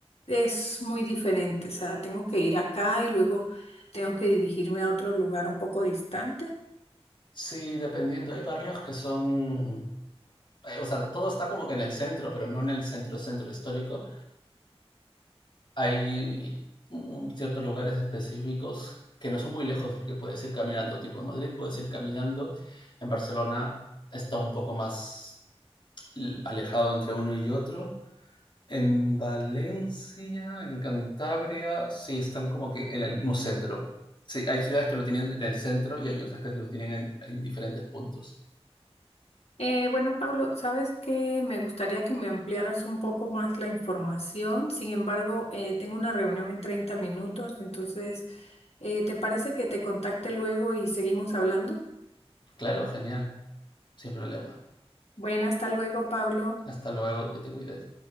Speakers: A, on the left; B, on the left.
A: es muy diferente, o sea, tengo que ir acá y luego tengo que dirigirme a otro lugar un poco distante.
B: Sí, dependiendo, hay barrios que son eh, o sea, todo está como que en el centro, pero no en el centro, centro histórico. Hay ciertos lugares específicos que no son muy lejos porque puedes ir caminando, tipo en Madrid puedes ir caminando, en Barcelona está un poco más alejado entre uno y otro. En Valencia, en Cantabria, sí están como que en el mismo centro. Sí, hay ciudades que lo tienen en el centro y hay otras que lo tienen en, en diferentes puntos.
A: Eh, bueno, Pablo, sabes que me gustaría que me ampliaras un poco más la información. Sin embargo, eh, tengo una reunión en 30 minutos, entonces, eh, ¿te parece que te contacte luego y seguimos hablando?
B: Claro, genial, sin problema.
A: Bueno, hasta luego, Pablo.
B: Hasta luego, que te cuides.